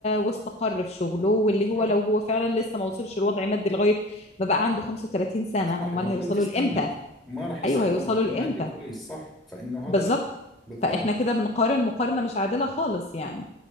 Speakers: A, on the left (about 35°); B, in the centre.
A: واستقر في شغله واللي هو
B: اه
A: لو هو فعلا لسه ما وصلش لوضع مادي لغاية ما بقى عنده 35 سنة
B: صح
A: امال
B: يعني
A: هيوصلوا
B: شو بتستنى
A: لامتى
B: ما راح يصير
A: ايوه هيوصلوا
B: وضعك المادي
A: لامتى
B: كويس صح فإنه
A: بالظبط
B: هذا لا بالضبط
A: فاحنا كده بنقارن مقارنة مش عادلة خالص يعني